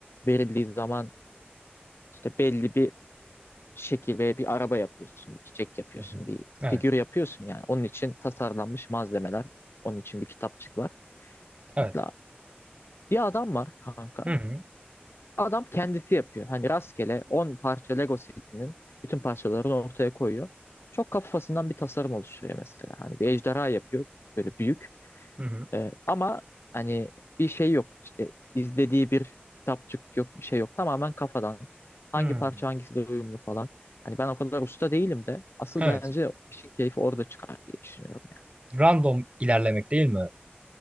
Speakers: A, on the left; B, on the right.
A: verildiği zaman işte belli bir şekil ve bir araba yapıyorsun, bir çiçek yapıyorsun,
B: Hı hı.
A: bir
B: Evet.
A: figür yapıyorsun yani. Onun için tasarlanmış malzemeler, onun için bir kitapçık var.
B: Evet.
A: Mesela bir adam var kanka.
B: Hı hı.
A: Adam kendisi yapıyor. Hani rastgele 10 parça Lego setinin bütün parçalarını ortaya koyuyor. Çok kafasından bir tasarım oluşturuyor mesela. Hani bir ejderha yapıyor böyle büyük.
B: Hı hı.
A: Ee, ama hani bir şey yok işte izlediği bir kitapçık yok bir şey yok tamamen kafadan hangi
B: Hmm.
A: parça hangisiyle uyumlu falan. Hani ben o kadar usta değilim de asıl
B: Evet.
A: bence işin keyfi orada çıkar diye düşünüyorum yani.
B: Random ilerlemek değil mi?